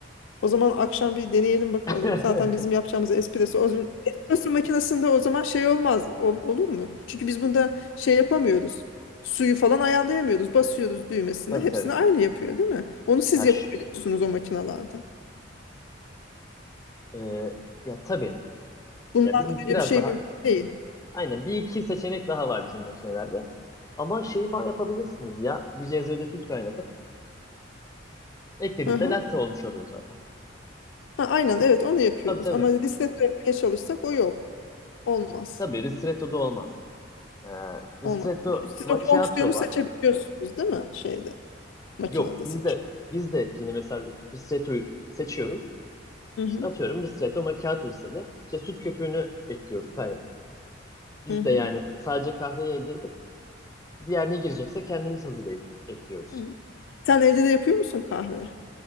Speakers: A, on the left; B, on the left.
A: o zaman akşam bir deneyelim bakalım.
B: <laughs>
A: Zaten bizim yapacağımız espresso. O zaman, espresso makinesinde o zaman şey olmaz. Ol- olur mu? Çünkü biz bunda şey yapamıyoruz. Suyu falan ayarlayamıyoruz. Basıyoruz düğmesine.
B: Tabii
A: Hepsini
B: tabii.
A: aynı yapıyor, değil mi? Onu siz
B: Ya,
A: yapabiliyorsunuz
B: şu-
A: o makinalarda.
B: e, ya tabii.
A: Bunlarda
B: Ya bizimki
A: öyle
B: biraz
A: bir şey
B: daha
A: mümkün değil.
B: aynen bir iki seçenek daha var bizim makinelerde. Ama şeyi falan yapabilirsiniz ya. Bir cezvede süt kaynatıp eklediğinde
A: Hı hı.
B: latte olmuş oluyor zaten.
A: Ha, aynen evet onu yapıyoruz.
B: Tabii tabii.
A: Ama listede yapmaya çalışsak o yok. Olmaz.
B: Tabii ristretto da olmaz. Ee,
A: Olmaz.
B: ristretto
A: Çünkü siz
B: macchiato
A: o fonksiyonu seçebiliyorsunuz
B: var.
A: değil mi? Şeyde, makinede
B: Yok biz
A: seç.
B: de biz de yine mesela Ristreto'yu seçiyoruz.
A: Hı hı.
B: İşte atıyorum Ristretto Macchiato istedi. İşte süt köpüğünü ekliyoruz kaynatıp. Biz
A: Hı hı.
B: de yani sadece kahveyi elde edip diğer ne girecekse kendimiz hazırlayıp ekliyoruz.
A: Hı. Sen evde de yapıyor musun kahve?